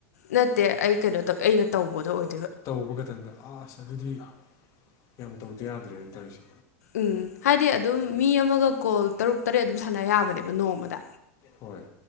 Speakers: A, on the left; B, on the left.
A: ꯅꯠꯇꯦ ꯑꯩ ꯀꯩꯅꯣ ꯇꯧꯋ ꯑꯩꯅ ꯇꯧꯕꯗꯣ ꯑꯣꯏ
B: ꯇꯧꯕ ꯈꯛꯇꯪꯗ ꯑꯁ ꯑꯗꯨꯗꯤ ꯌꯥꯝ ꯇꯧꯗ ꯌꯥꯗ꯭ꯔꯦꯅ ꯇꯧꯔꯤꯁꯦ
A: ꯎꯝ ꯍꯥꯏꯗꯤ ꯑꯗꯨꯝ ꯃꯤ ꯑꯃꯒ ꯀꯣꯜ ꯇꯔꯨꯛ ꯇꯔꯦꯠ ꯑꯗꯨꯝ ꯁꯥꯟꯅ ꯌꯥꯕꯅꯦꯕ ꯅꯣꯡꯃꯗ
B: ꯍꯣꯏ